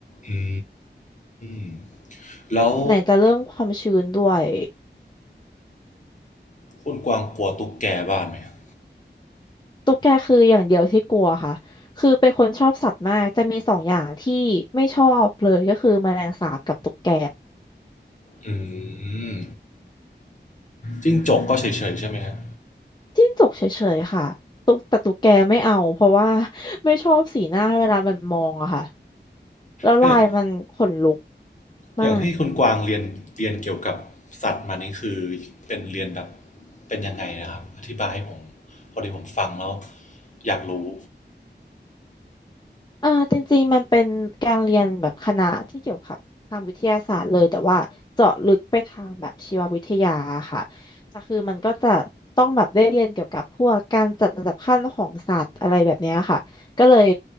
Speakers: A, on the left; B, on the left.
A: อืมแล้ว
B: ไหนจะเรื่องความชื้นด้วย
A: คุณกวางกลัวตุ๊กแกบ้านไหมครับ
B: ตุ๊กแกคืออย่างเดียวที่กลัวค่ะ คือเป็นคนชอบสัตว์มากจะมีสองอย่างที่ไม่ชอบเลยก็คือแมลงสาบกับตุ๊กแก
A: อืมจิ้งจกก็เฉยๆใช่ไหมฮะ
B: จิ้งจกเฉยๆค่ะตุ๊กแต่ตุ๊กแกไม่เอาเพราะว่าไม่ชอบสีหน้าเวลามันมองอะค่ะ แล้วลายมันขนลุก
A: เอ๊ะอย่างที่คุณกวางเรียนเรียนเกี่ยวกับสัตว์มานี่คือ
B: มาก
A: เป็นเรียนแบบเป็นยังไงนะครับอธิบายให้ผมพอดีผมฟังแล้วอยากรู้
B: อ่าจริงๆมันเป็นการเรียนแบบคณะที่เกี่ยวกับทางวิทยาศาสตร์เลยแต่ว่าเจาะลึกไปทางแบบชีววิทยาค่ะแต่คือมันก็จะต้องแบบได้เรียนเกี่ยวกับพวกการจัดอันดับขั้นของสัตว์อะไรแบบเนี้ยค่ะก็เลย